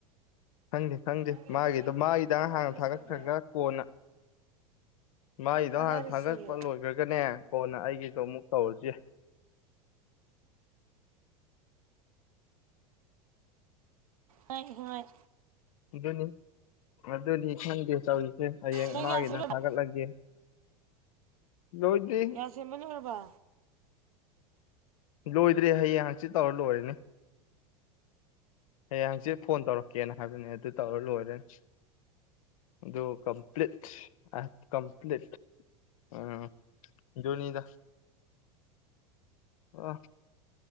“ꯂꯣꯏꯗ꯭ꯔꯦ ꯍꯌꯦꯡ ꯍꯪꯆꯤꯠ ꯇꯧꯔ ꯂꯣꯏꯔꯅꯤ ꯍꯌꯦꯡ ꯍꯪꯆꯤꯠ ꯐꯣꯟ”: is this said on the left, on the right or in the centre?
Left